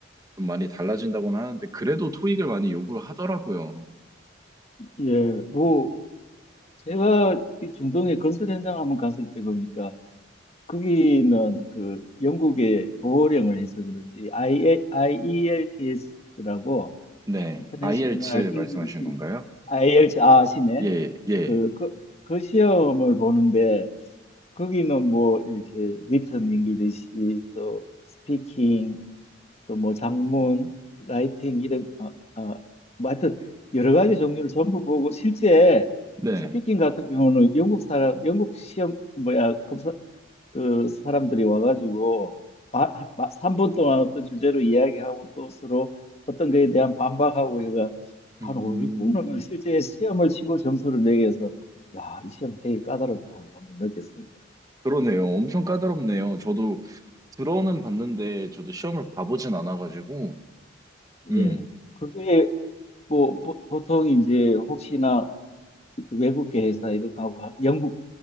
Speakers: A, on the right (about 20°); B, on the left (about 30°).
A: 좀 많이 달라진다고는 하는데 그래도 토익을 많이 요구를 하더라고요.
B: 예, 뭐 제가 이 중동의 건설 현장 한번 갔을 때 보니까 거기는 그 영국의 보호령을 해서 그런지 IELTS라고
A: 네,
B: 인터내셔널
A: IELTS
B: 잉글리시
A: 말씀하시는 건가요?
B: IELTS 아시네?
A: 예, 예,
B: 그, 그, 그 시험을 보는데 거기는 뭐 이렇게 리턴 잉글리시 또 스피킹 또 뭐 장문 라이팅 이런 아, 아, 뭐 하여튼 여러 가지 종류를 전부 보고 실제
A: 네.
B: 스피킹 같은 경우는 영국 사람 영국 시험 그 뭐야 검사 그 사람들이 와가지고 마, 마, 3분 동안 어떤 주제로 이야기하고 또 서로 어떤 거에 대한 반박하고 해가 한
A: 음,
B: 5, 6분을 실제 시험을 치고 점수를 매겨서 야, 이 시험 되게 까다롭다 하고 한번 느꼈습니다.
A: 그러네요. 엄청 까다롭네요. 저도 들어는 봤는데 저도 시험을 봐보진 않아가지고, 음,
B: 예. 그게 뭐 보, 보통 이제 혹시나 그 외국계 회사 이렇게 가고 하- 영국